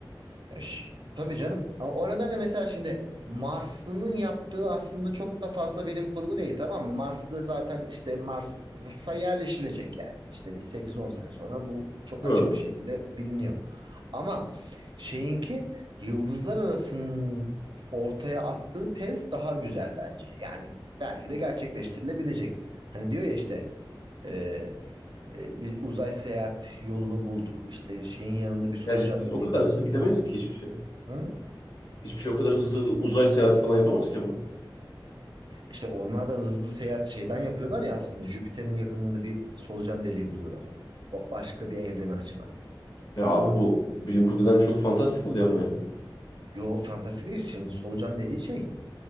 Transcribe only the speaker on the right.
Ya ş- tabii canım. Ama o nedenle mesela şimdi Marslı'nın yaptığı aslında çok da fazla bilim kurgu değil tamam mı? Marslı zaten işte Mars'a yerleşilecek yani. İşte bir sekiz on sene sonra bu çok
açık bir şekilde biliniyor. Ama şeyinki yıldızlar arasının ortaya attığı tez daha güzel bence. Yani belki de gerçekleştirilebilecek. Hani diyor ya işte e, e, bir uzay seyahat yolunu bulduk. İşte şeyin yanında bir solucan
deliği
bulduk
falan
Hı?
İşte onlar da hızlı seyahat şeyden yapıyorlar ya aslında. Jüpiter'in yakınında bir solucan deliği buluyorlar. Ba- Başka bir evrene açılan.
Yo fantasi değil şimdi solucan deliği şey.